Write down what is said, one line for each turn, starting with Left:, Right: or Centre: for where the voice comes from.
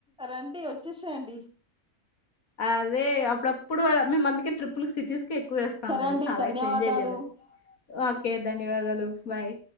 Centre: రండి వచ్చేశేయండి.
Left: అదే అప్పుడప్పుడు మేమందుకే ట్రిప్పులు సిటీస్కి ఎక్కువ వేస్తాం
Centre: సరే
Left: తెలుసా
Centre: అండి
Left: ఆ
Centre: ధన్యవాదాలు
Left: లైఫ్ ఎంజాయ్ చెయ్యాలి. ఒకే ధన్యవాదాలు బాయ్.